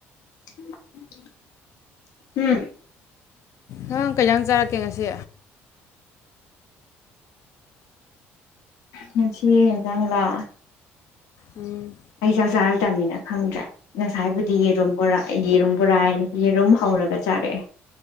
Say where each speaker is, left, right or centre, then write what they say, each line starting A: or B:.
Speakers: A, on the left; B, on the left.
A: <inaudible> ꯎꯝ
B: ꯅꯪ ꯀꯩ ꯖꯥꯡ ꯆꯥꯔꯛꯀꯦ ꯉꯁꯤ
A: ꯉꯁꯤ ꯍꯦꯟꯖꯥꯡ ꯂꯥ
B: ꯎꯝ
A: ꯑꯩ ꯆꯥꯛ ꯆꯥꯔꯛꯇꯝꯅꯤꯅ ꯈꯪꯗ꯭ꯔꯦ ꯉꯁꯥꯏꯕꯨꯗꯤ ꯌꯦꯔꯨꯝ ꯕꯣꯔꯥ ꯌꯦꯔꯨꯝ ꯕꯣꯔꯥ ꯌꯦ ꯌꯦꯔꯨꯝ ꯍꯧꯔꯒ ꯆꯥꯔꯛꯑꯦ